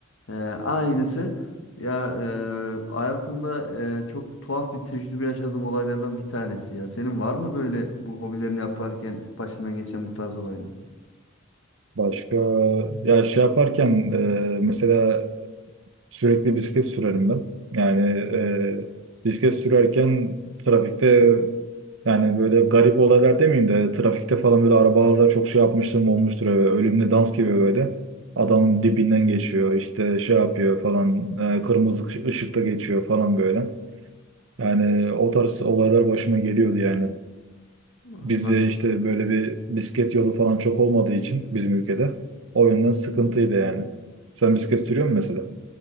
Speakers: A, on the left (about 80°); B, on the right (about 70°).
A: Ee, aynısı. Ya e, hayatımda e, çok tuhaf bir tecrübe yaşadığım olaylardan bir tanesi ya. Senin var mı böyle bu hobilerini yaparken başından geçen bu tarz olaylar?
B: Başka ya şey yaparken e, mesela Sürekli bisiklet sürerim ben. Yani e,
A: Evet.
B: bisiklet sürerken trafikte yani böyle garip olaylar demeyeyim de trafikte falan böyle arabalarla çok şey yapmıştım olmuştur. Öyle, ölümle dans gibi böyle. Adam
A: Hı,
B: dibinden geçiyor işte şey yapıyor falan e, kırmızı ışıkta geçiyor falan böyle. Yani o tarz olaylar başıma geliyordu yani.
A: Anladım.
B: Bizde işte böyle bir bisiklet yolu falan çok olmadığı için bizim ülkede o yönden sıkıntıydı yani. Sen bisiklet sürüyor musun mesela?